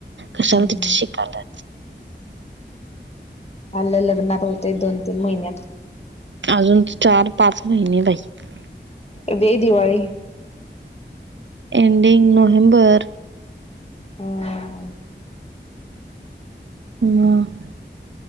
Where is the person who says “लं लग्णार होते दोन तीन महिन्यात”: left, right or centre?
Left